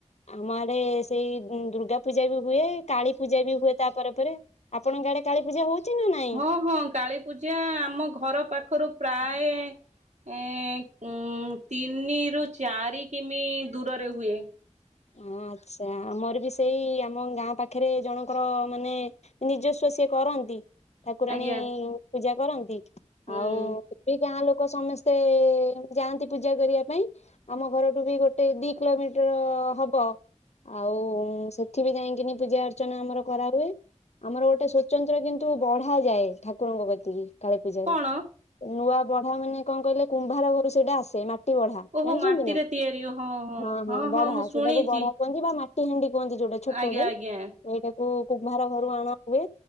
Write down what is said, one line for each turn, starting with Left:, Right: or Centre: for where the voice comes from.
Left: ଆମ ଆଡେ ସେଇ ଦୁର୍ଗା ପୂଜା ବି ହୁଏ କାଳୀ ପୂଜା ବି ହୁଏ ତାପ ପରେ ଆପଣଙ୍କ ଆଡେ କାଳୀ ପୂଜା ହଉଛି। ନା ନାଇଁ?
Right: ହଁ-ହଁ କାଳୀ ପୂଜା ଆମ ଘର ପାଖରୁ ପ୍ରାୟ ଏ ଉ ତିନିରୁ ଚାରି କିମି ଦୂରରେ ହୁଏ।
Left: ହଁ। ଆଚ୍ଛା ଆମର ବି ସେଇ ଆମ ଗାଁ ପାଖରେ ଜଣଙ୍କର ମାନେ ନିଜସ୍ୱ ସିଏ କରନ୍ତି। ଠାକୁରାଣୀ
Right: ଆଜ୍ଞା।
Left: ପୂଜା କରନ୍ତି
Right: ହୁଁ
Left: ଆଉ ଏ ଗାଁ ଲୋକ ଲୋକ ସମସ୍ତେ ଯାଆନ୍ତି ପୂଜା କରିବା ପାଇଁ ଆମ ଘରଠୁ ବି ଗୋଟେ ଦି କିଲୋମିଟର ହବ। ହବ ଆଉ ସେଠ ବିି ଯାଇକିନି ପୂଜା ଅର୍ଚ୍ଚନା ଆମର କରାହୁଏ। ଆମର ଗୋଟେ ସ୍ଵତନ୍ତ୍ର କିନ୍ତୁ ବଢ ଯାଏ ଠାକୁରଙ୍କ ପ୍ରତି କାଳୀ ପୂଜାରେ
Right: କଣ?
Left: ନୂଆ ବଢା ମାନେ କଣ କହିଲେ କୁମ୍ଭାର ଘରୁ ସେଇଟା ଆସେ ମାଟି ବଢା
Right: ଓହୋ
Left: ଜାଣିଛନ୍ତି
Right: ମାଟିରେ
Left: ନା
Right: ତିଆରି ହଁ ହଁ
Left: ହଁ-ହଁ
Right: ହଁ
Left: ବଢା।
Right: ହଁ ମୁଁ ଶୁଣିଛି।
Left: ସେଟାକୁ ବଢା କୁହନ୍ତି ବା ମାଟି ହାଣ୍ଡି କୁହନ୍ତି ଯୋଉଟା ଛୋଟେ
Right: ଆଜ୍ଞା ଆଜ୍ଞା
Left: ଏଇଟା କଙ କୁମ୍ଭାର ଘରୁ ଆଣ ହୁଏ।